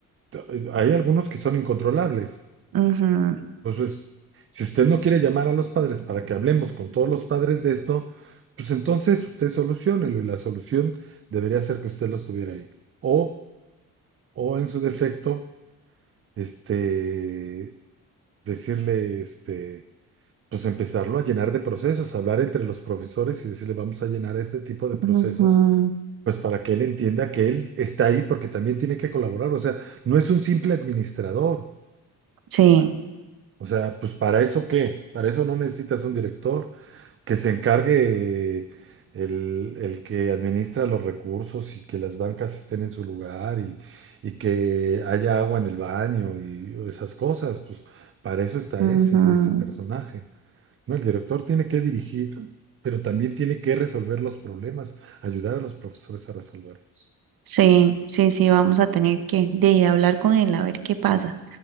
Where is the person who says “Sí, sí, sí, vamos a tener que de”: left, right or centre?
Right